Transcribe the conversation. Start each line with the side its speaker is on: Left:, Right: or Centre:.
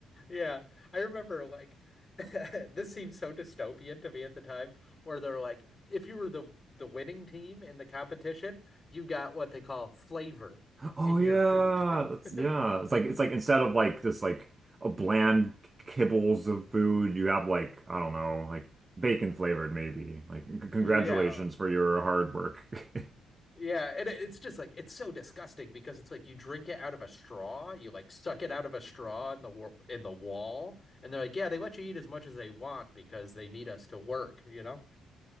Left: Yeah, I remember like <laughs> this seemed so dystopian to me at the time, where they're like, if you were the the winning team in the competition, you got what they call flavor
Right: Oh
Left: in
Right: yeah,
Left: your food.
Right: that's
Left: <laughs>
Right: yeah. It's like it's like instead of like just like a bland kibbles of food, you have like I don't know, like bacon flavored maybe. Like c congratulations
Left: Yeah.
Right: for your hard work. <laughs>
Left: Yeah, and it- it's just like it's so disgusting because it's like you drink it out of a straw, you like suck it out of a straw in the wa- in the wall, and they're like, yeah, they let you eat as much as they want because they need us to work, you know?